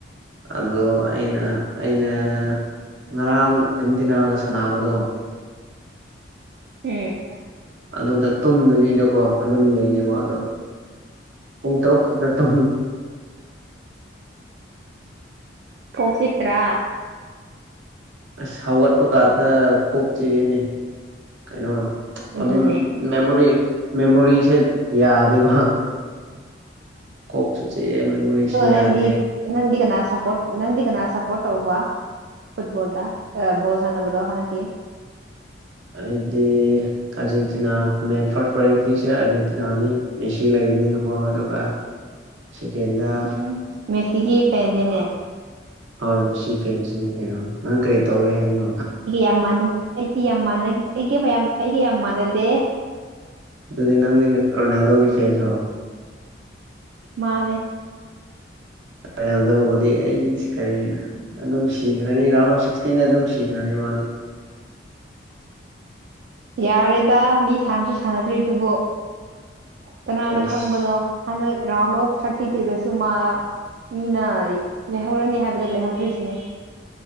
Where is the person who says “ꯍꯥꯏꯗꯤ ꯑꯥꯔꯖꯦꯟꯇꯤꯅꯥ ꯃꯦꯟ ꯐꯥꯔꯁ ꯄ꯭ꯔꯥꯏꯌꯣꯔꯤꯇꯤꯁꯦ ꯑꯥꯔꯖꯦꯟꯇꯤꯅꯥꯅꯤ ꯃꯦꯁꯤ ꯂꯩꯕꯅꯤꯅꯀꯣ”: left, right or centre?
Right